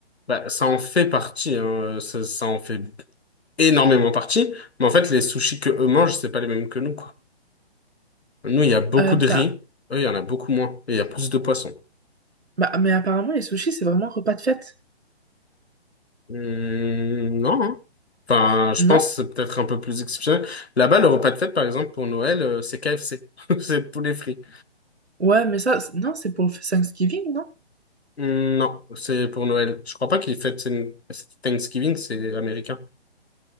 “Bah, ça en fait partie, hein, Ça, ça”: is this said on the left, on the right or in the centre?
Left